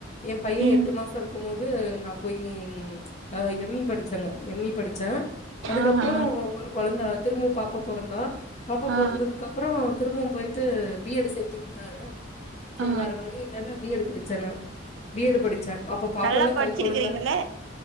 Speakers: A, on the left; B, on the right.
A: எம் பைய
B: ம்
A: எட்டு மாச இருக்கும்போது நா போயி அ எம் இ படிச்சங்க எம் இ படிச்ச அதுக்கப்புற
B: ஆஹா
A: ஒரு கொழந்த திரும்பவு பாப்பா பொறந்தா பாப்பா
B: ஆ
A: பொறந்ததுக்கப் பற திரும்பவு போய்ட்டு பி எட்டு சேத்தி உட்டாரு சேரி
B: ஆ
A: வேற வழி இல்லன்னு பி எட் படிச்ச நா பி எட் படிச்ச அப்ப பாப்பல்லா
B: நல்லா படிச்சிருக்கிறீங்கல்ல
A: கை கொழந்த